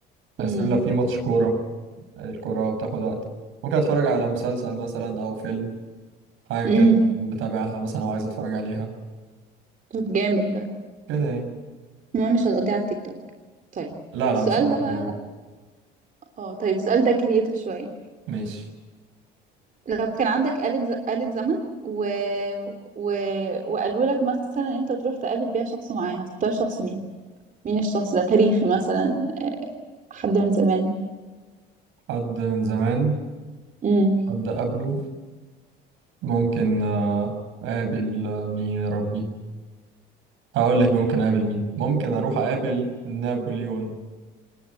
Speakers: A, on the right (about 70°); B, on the right (about 40°).
A: بس
B: امم
A: لو في ماتش كوره الكوره بتاخد وقت ممكن اتفرج على مسلسل مثلا او فيلم حاجه
B: امم
A: كده متابعها مثلا او عايز اتفرج عليها
B: طب جامد ده
A: كده يعني
B: المهم مش هتقضيها على التيك توك طيب
A: لا لا
B: السؤال
A: مش على
B: ده
A: طول
B: بقى
A: يعني.
B: اه طيب السؤال ده كرييتيف شويه
A: ماشي
B: لو كان عندك آلة آلة زمن و... و... وقالوا لك مثلا إن انت تروح تقابل بيها شخص معين هتختار شخص مين مين الشخص ده تاريخي مثلا حد من زمان
A: حد من زمان
B: امم
A: حد قبله ممكن آه، اقابل آه، مين يا ربي هقول لك ممكن اقابل مين ممكن اروح اقابل نابليون